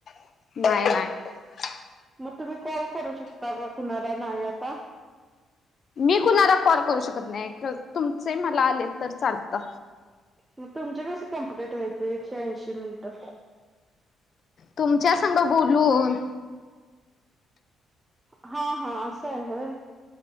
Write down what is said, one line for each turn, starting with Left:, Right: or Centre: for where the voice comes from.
Left: <inaudible>
Right: मग तुम्ही कॉल करू शकता का? कुणाला नाही आता.
Left: मी कुणाला कॉल करू शकत नाही. तुमचे मला आले, तर चालता.
Right: म तुमचे कसे कम्प्लीट व्हायचे एकेशे ऐंशी मिनटं?
Left: तुमच्या संग बोलून...
Right: हा. हा... असं आहे. व्हय?